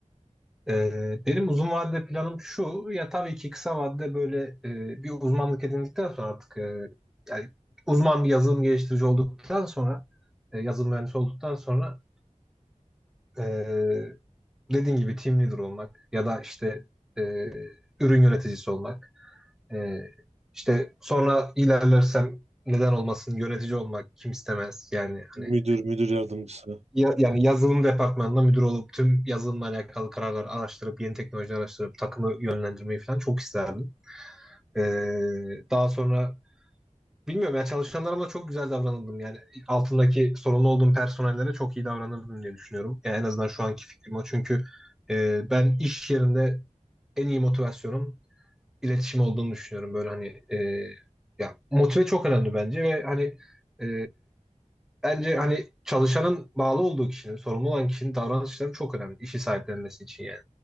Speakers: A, in the centre; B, on the right.
A: Ee, benim uzun vadede planım şu. Ya tabii ki kısa vadede böyle e, bir uzmanlık edindikten sonra artık e, yani uzman bir yazılım geliştirici olduktan sonra e, yazılım mühendisi olduktan sonra e, dediğin gibi team leader olmak ya da işte e, ürün yöneticisi olmak. E, işte sonra ilerlersem neden olmasın yönetici olmak kim istemez yani
B: Müdür,
A: hani
B: müdür yardımcısı.
A: Ya- yani yazılım departmanında müdür olup tüm yazılımla alakalı kararları araştırıp yeni teknoloji araştırıp takımı yönlendirmeyi falan çok isterdim. Ee, daha sonra bilmiyorum ya çalışanlarıma çok güzel davranıldım. Yani altındaki sorumlu olduğum personellere çok iyi davranırdım diye düşünüyorum. Yani en azından şu anki fikrim o. Çünkü e, ben iş yerinde en iyi motivasyonum iletişim olduğunu düşünüyorum. Böyle hani e, ya motive çok önemli bence ve hani e, bence hani çalışanın bağlı olduğu kişinin, sorumlu olan kişinin davranışları çok önemli. işi sahiplenmesi için yani.